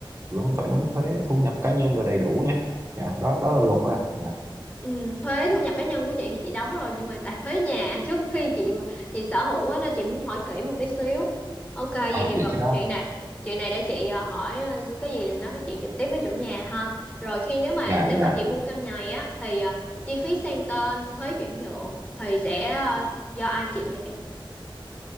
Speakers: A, on the right; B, on the left.
A: vẫn phải
B: ừ
A: đóng thuế thu nhập cá nhân rồi đầy đủ nha dạ đó đó là luật á à,
B: Ừ, thuế thu nhập cá nhân của chị thì chị đóng rồi nhưng mà tại thuế nhà trước khi chị chị sở hữu á, nên chị muốn hỏi kỹ một tí xíu ok vậy
A: à
B: thì
A: vậy
B: vật
A: cái đó
B: chuyện này chuyện này để chị ờ, hỏi ờ, cái gì nói chuyện trực tiếp với chủ nhà ha rồi khi nếu mà
A: dạ
B: nếu mà
A: dạ
B: chị mua căn nhà này á thì ờ, chi phí sang tên thuế chuyển nhượng thì sẽ ờ, do ai chịu vậy em